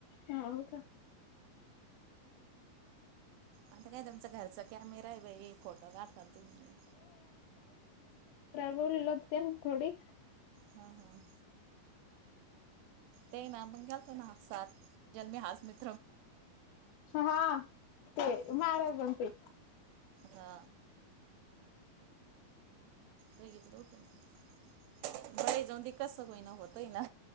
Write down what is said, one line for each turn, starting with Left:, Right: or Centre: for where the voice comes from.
Left: हा हो का
Right: आता काय तुमचा घरचा कॅमेरा आहे बाई फोटो काढता तुम्ही
Left: बोलल ना थोडी
Right: हम् हम ते ना पण ग्याल त ना हसात ज मी हस म
Left: हा ते
Right: हा
Left: महाराजांचे
Right: हा बघितलं होत मी बई जाऊन कस कोई ना होतय ना